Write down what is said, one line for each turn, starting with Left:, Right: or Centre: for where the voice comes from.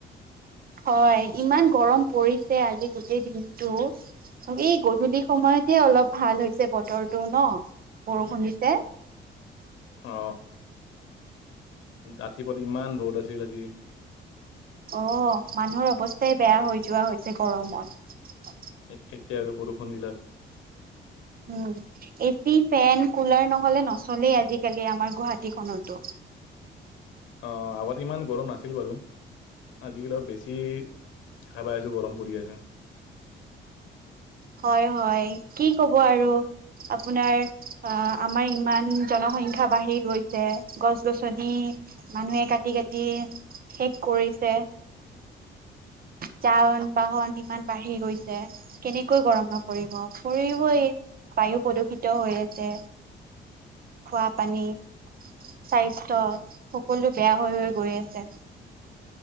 Right: হয় ইমান গৰম পৰিছে আজি গোটেই দিনতটো। এই গধূলি সময়তহে অলপ ভাল হৈছে বতৰটো ন' বৰষুণ দিছে।
Left: অ। ৰাতিপুৱা ইমান ৰ'দ আছিল আজি।
Right: অ মানুহৰ অৱস্থাই বেয়া হৈ যোৱা হৈছে গৰমত।
Left: এ-এতিয়া আৰু বৰষুণ দিলাক।
Right: উম এচি, ফেন, কুলাৰ নহ'লে নচলেই আজিকালি আমাৰ গুৱাহাটীখনতো।
Left: অ আগতে ইমান গৰম নাছিল বাৰু। আজিকালি অলপ বেছি দেখা পাই আছো গৰম পৰি আছে।
Right: হয় হয় কি কব আৰু। আপোনাৰ অ আমাৰ ইমান জনসংখ্যা বাঢ়ি গৈছে। গছ-গছনি মানুহে কাটি কাটি শেষ কৰিছে। যান-বাহন ইমান বাঢ়ি গৈছে। কেনে কৈ গৰম নপৰিব, পৰিবই। বায়ু প্ৰদূষিত হৈ আছে। খোৱা পানী। স্বাস্থ্যয় সকলো বেয়া হৈ হৈ গৈ আছে।